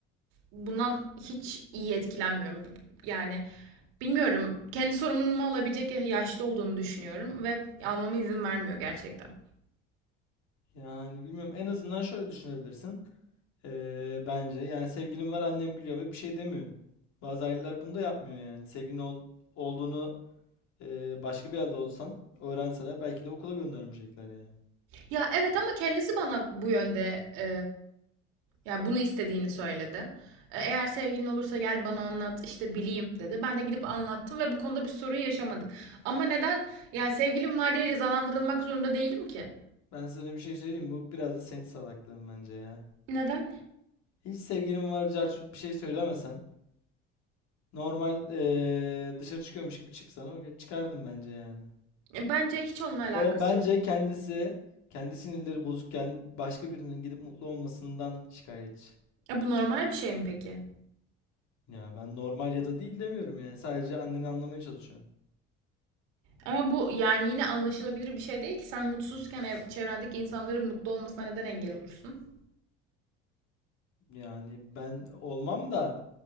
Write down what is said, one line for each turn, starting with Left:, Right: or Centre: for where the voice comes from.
Right: bundan hiç iyi etkilenmiyorum. Yani bilmiyorum. Kendi sorumluluğumu alabilecek yaşta olduğumu düşünüyorum ve almama izin vermiyor gerçekten.
Left: Yani bilmiyorum en azından şöyle düşünebilirsin. Eee, bence yani sevgilim var annem biliyor ve bir şey demiyor. Bazı aileler bunu da yapmıyor yani. Sevgilin ol- olduğunu eee, başka bir yerde olsan öğrenseler belki de okula göndermeyecekler yani.
Right: Ya evet ama kendisi bana bu yönde e, ya bunu istediğini söyledi. E, Eğer sevgilin olursa gel bana anlat işte bileyim dedi. Ben de gidip anlattım ve bu konuda bir sorun yaşamadık. Ama neden ya sevgilim var diye cezalandırılmak zorunda değilim ki?
Left: Ben sana bir şey söyleyeyim. Bu biraz da senin salaklığın bence ya.
Right: Neden?
Left: Hiç sevgilim var, carçurt bir şey söylemesen. Normal eee, dışarı çıkıyormuş gibi çıksana. Okey, çıkardım bence yani.
Right: E, Bence hiç onunla alakası
Left: O bence
Right: yok.
Left: kendisi, kendi sinirleri bozukken başka birinin gidip mutlu olmasından şikayetçi.
Right: E, bu normal bir şey mi peki?
Left: Ya ben normal ya da değil demiyorum yani. Sadece anneni anlamaya çalışıyorum.
Right: Ama bu yani yine anlaşılabilir bir şey değil ki. Sen mutsuzken ev- çevrendeki insanların mutlu olmasına neden engel olursun?
Left: Yani ben olmam da